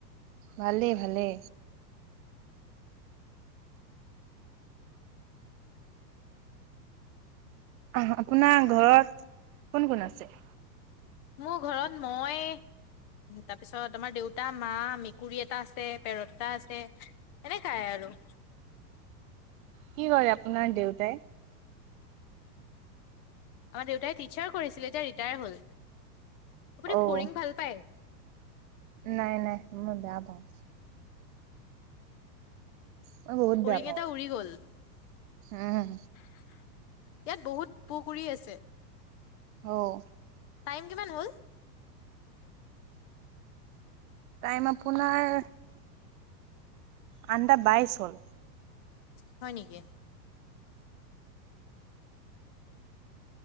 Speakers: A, on the right; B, on the left.
A: ভালে', -ভালে। আহ আপোনাৰ ঘৰত কোন কোন আছে?
B: মোৰ ঘৰত মই তাৰপিছত আমাৰ দেউতা, মা, মেকুৰী এটা আছে, পেৰত এটা আছে এনেকাই আৰু।
A: কি কৰে আপোনাৰ দেউতাই?
B: আমাৰ দেউতাই টিচাৰ কৰিছিলে এতিয়া ৰিটায়াৰ হল। আপুনি
A: অ',
B: ফৰিং ভাল পায়।
A: নাই, নাই মই বেয়া পাওঁ। মই বহুত
B: ফৰিং
A: বেয়া পাওঁ।
B: এটা উৰি গ'ল। ইয়াত
A: উম,
B: বহুত পুখুৰী আছে।
A: আহ
B: টাইম কিমান হল
A: টাইম আপোনাৰ আনন্দা বাইচ হল
B: হয় নিকি